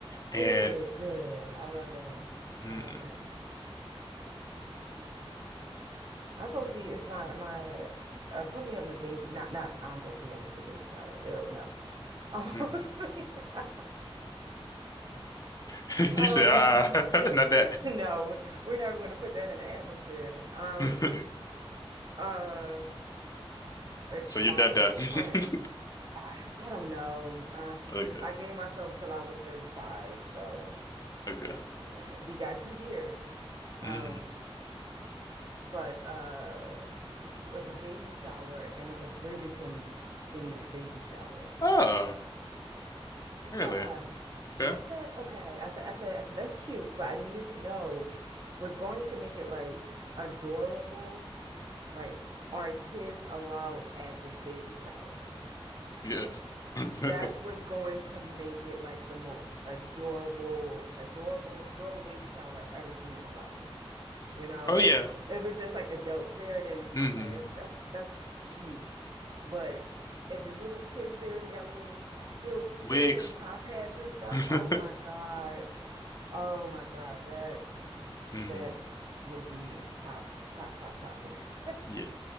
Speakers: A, on the left; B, on the right.
A: and
B: good, good. I love that.
A: mm,
B: I love that. Um, I'm supposed to be, it's my, my, I'm supposed to be having a baby, not, not, I'm supposed to be having a baby shower. Ew, no. <laughs> I'm supposed
A: mm.
B: to be, <laughs>
A: <laughs>
B: um,
A: you said, uh, <laughs> not that.
B: no, we're never going to put that in the atmosphere. Um,
A: <laughs>
B: uh, it-
A: So
B: my,
A: you're done, done.
B: my friend,
A: <laughs>
B: I, I don't know. Uh,
A: Okay,
B: I gave myself till I was 35, so
A: okay.
B: yeah, we got two years. Um,
A: hmm
B: but, uh, It's a baby shower and it's a Bridgerton themed baby shower.
A: Oh, really?
B: Yeah. I
A: Okay.
B: said, okay. I said, I said, I said, that's cute, but I need to know what's going to make it like adorable. Like, are kids allowed at this baby shower?
A: Yes. <laughs> Mhm.
B: That's what's going to make it like the most adorable, adorable, most adorable baby shower I've ever seen in my life. You know,
A: Oh yeah.
B: if it's just like adults there, then
A: hmm
B: okay, that's that's that's cute. But if it's little kids there and they got little little suits
A: Wigs.
B: and top hats and stuff,
A: <laughs>
B: oh my God. Oh my God, that
A: hmm
B: that would be top, top, top, top. <laughs>
A: Yeah.